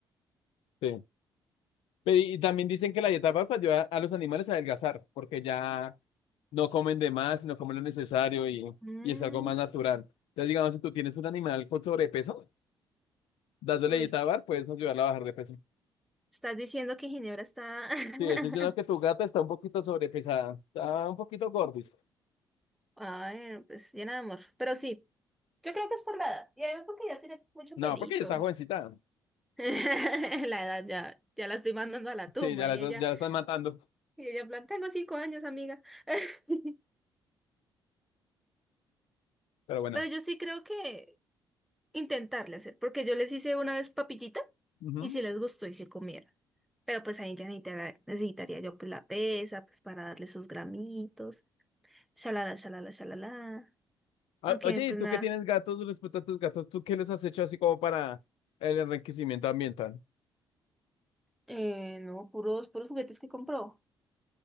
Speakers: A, on the left; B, in the centre.
A: sí. Pero y y también dicen que la dieta baja ayuda a los animales a adelgazar, porque ya no comen de más, sino comen lo necesario y,
B: Mm,
A: y es algo más natural. Entonces, digamos, si tú tienes un animal con sobrepeso, dándole
B: uy,
A: dieta bar, puedes ayudarlo a bajar de peso.
B: estás diciendo que Ginebra está... <laughs>
A: Sí, estoy diciendo que tu gata está un poquito sobrepesada, está un poquito gordis.
B: Ay, no, pues llena de amor. Pero sí, yo creo que es por la edad. Y además porque ya tiene mucho
A: No,
B: pelito.
A: porque ella está jovencita.
B: <laughs> La edad ya, ya la estoy mandando a la tumba.
A: Sí, ya la,
B: Y ella,
A: ya la están matando,
B: y ella en plan, tengo cinco años, amiga. <laughs>
A: pero bueno.
B: Pero yo sí creo que intentarle hacer, porque yo les hice una vez papillita
A: Ujú.
B: y si les gustó y se comieron. Pero pues ahí ya necesitara- necesitaría yo pues la pesa, pues para darle sus gramitos, shalala, shalala, shalala.
A: O-
B: Aunque
A: Oye,
B: pues
A: ¿y tú
B: nada,
A: que tienes gatos respecto a tus gatos? ¿Tú qué les has hecho así como para el enriquecimiento ambiental?
B: eh, no, puros, puros juguetes que compró.